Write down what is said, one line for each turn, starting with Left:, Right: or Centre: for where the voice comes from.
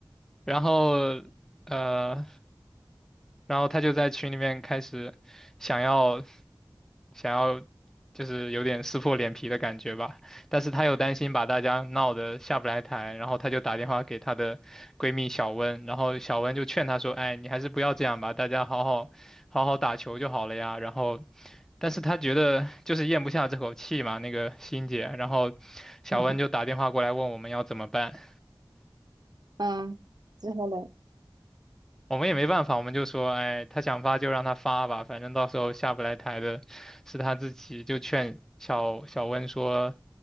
Centre: 然后呃，然后他就在群里面开始想要想要就是有点撕破脸皮的感觉吧，但是他又担心把大家闹得下不来台，然后他就打电话给她的闺蜜小温，然后小温就劝她说：“哎，你还是不要这样吧，大家好好好好打球就好了呀。”然后，但是他觉得就是咽不下这口气嘛，那个欣姐，然后小温就打电话过来问我们要怎么办。
Right: 嗯 <laughs>，嗯之后呢？
Centre: 我们也没办法，我们就说，哎，他想发就让他发吧，反正到时候下不来台的是他自己，就劝小小温说